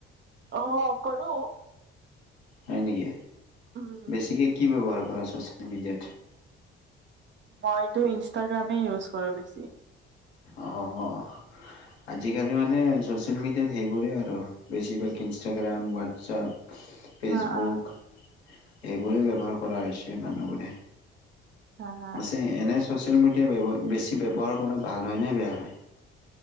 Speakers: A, on the right; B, on the left.
A: অঁ, কৰোঁ।
B: হয় নেকি?
A: উম
B: বেছিকে কি ব্যৱহাৰ কৰা চচিয়েল মিডিয়াত?
A: মইতো ইনষ্টাগ্ৰামে ইউজ কৰোঁ বেছি।
B: অঁ, আজিকালি মানে চচিয়েল মিডিয়াত সেইবোৰে আৰু। বেছিভাগ ইনষ্টাগ্ৰাম, হোৱাটছএপ, ফেচবুক
A: হা অ
B: এইবোৰেই
A: উম
B: ব্যৱহাৰ- কৰা হৈছে মানুহবোৰে।
A: হা হা
B: ছে এনেই ছ'চিয়েল মিডিয়া বেছি ব্যৱহাৰ কৰা ভাল হয়নে বেয়া হয়?